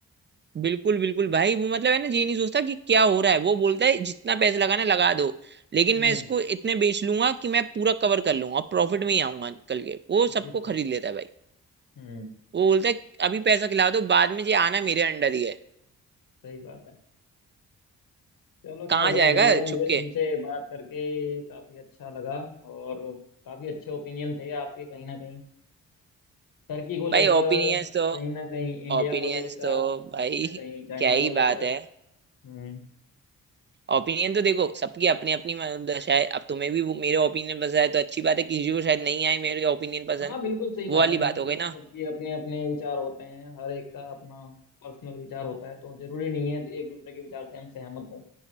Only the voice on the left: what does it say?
हम्म
बिल्कुल
बिल्कुल
हम्म
सही बात है चलो खैर
भाई
बढ़िया लगा
मुझे
तुमसे बात करके काफी अच्छा लगा और काफी अच्छे ओपिनियन थे आपके कहीं ना कहीं टर्की को लेकर
कहीं ना कहीं इंडिया
को लेकर
कहीं
ना कहीं चाइना
को लेकर
हम्म
हाँ बिल्कुल सही बात
है हम
सबके
अपने अपने विचार होते हैं हर एक का अपना पर्सनल विचार होता है तो जरूरी नहीं है एक दूसरे के विचार से हम सहमत हों